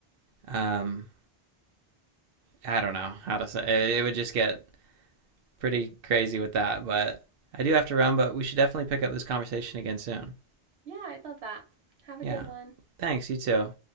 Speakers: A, on the right; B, on the right.
A: um I don't know how to say it, it would just get pretty crazy with that, but I do have to run, but we should definitely pick up this conversation again soon.
B: Yeah, I'd love that. Have
A: Yeah.
B: a good one.
A: Thanks, you too.